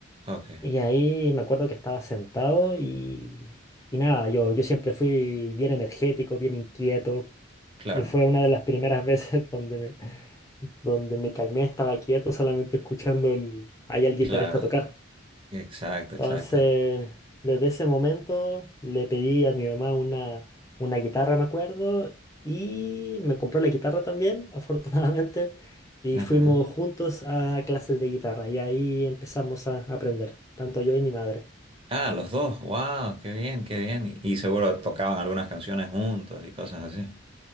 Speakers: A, on the right; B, on the left.
A: ok,
B: Y ahí me acuerdo que estaba sentado y, y nada, yo, yo siempre fui bien energético, bien inquieto.
A: claro,
B: Y fue una de las primeras veces <laughs> donde me, donde me calmé, estaba quieto, solamente escuchando el, ahí al guitarrista
A: claro,
B: tocar.
A: exacto,
B: Entonces,
A: exacto.
B: desde ese momento le pedí a mi mamá una, una guitarra, me acuerdo, y me compró la guitarra también, <laughs> afortunadamente, y
A: Ajá.
B: fuimos juntos a clases de guitarra y ahí empezamos a aprender, tanto yo y mi madre.
A: Ah, los dos, wow, qué bien, qué bien. Y, y seguro tocaban algunas canciones juntos y cosas así.